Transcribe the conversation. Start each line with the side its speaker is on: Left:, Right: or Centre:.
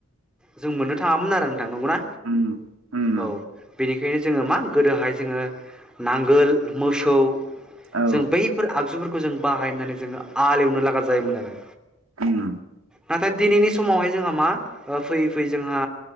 Centre: जों मोननो थाङामोन आरो थां नंगौना
Right: उम उम
Centre: औ बेनिखायनो जोङो मा गोदोहाय जोङो नांगोल मोसौ
Right: औ
Centre: जों बैफोर आगजुफोरखौ खौ जों बाहायनानै जोङो आल एवनो लागा जायोमोन आरो।
Right: उम।
Centre: नाथाय दिनैनि समावहाय जोंहा मा फै फै जोंहा